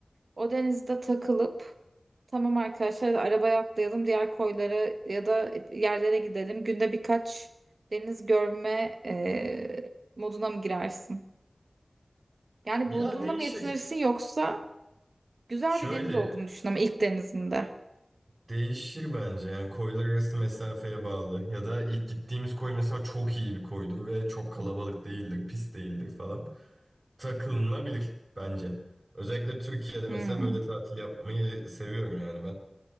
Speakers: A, on the right; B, on the right.
A: o denizde takılıp Tamam arkadaşlar arabaya atlayalım diğer koylara ya da yerlere gidelim. Günde birkaç deniz görme eee, moduna mı girersin? Yani
B: Ya
A: bulduğunla
B: değişir.
A: mı yetinirsin yoksa güzel
B: Şöyle
A: bir deniz olduğunu düşün ama ilk denizinde.
B: değişir bence yani koylar arası mesafeye bağlı ya da ilk gittiğimiz koy mesela çok iyi bir koydur ve çok kalabalık değildir, pis değildir falan. Takılınabilir bence. Özellikle Türkiye'de
A: Hmm.
B: mesela böyle tatil yapmayı seviyorum yani ben.